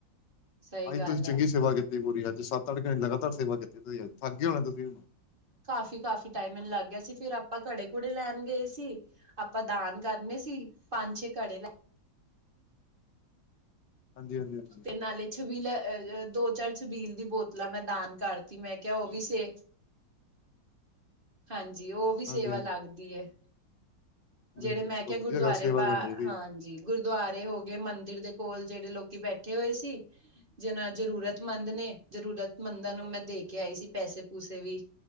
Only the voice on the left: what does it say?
ਅਜ
ਤੁਸੀਂ ਚੰਗੀ
ਸੇਵਾ ਕੀਤੀ। ਪੂਰੀ ਅੱ ਸੱਤ-ਅੱਠ ਘੰਟੇ ਲਗਾਤਾਰ ਸੇਵਾ ਕੀਤੀ ਤੁਸੀਂ ਅਜ ਥੱਕਗੇ ਹੋਣੇ ਤੁਸੀਂ
ਹਾਂਜੀ ਹਾਂਜੀ ਹਾਂਜੀ ਹਾਂਜੀ
ਹਾਂਜੀ
ਨਹੀਂ ਨਹੀਂ
ਚਲੋ
ਵਧੀਆ ਗੱਲ ਸੇਵਾ
ਕਰਨੀ ਚਾਹੀਦੀ
ਹੈ